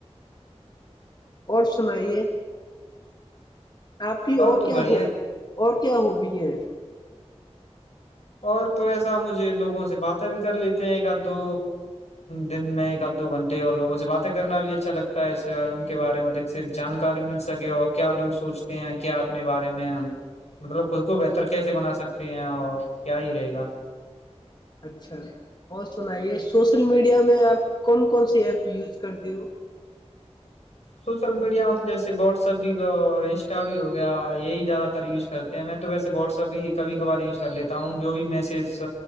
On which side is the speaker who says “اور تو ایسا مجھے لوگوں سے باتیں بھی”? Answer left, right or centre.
Left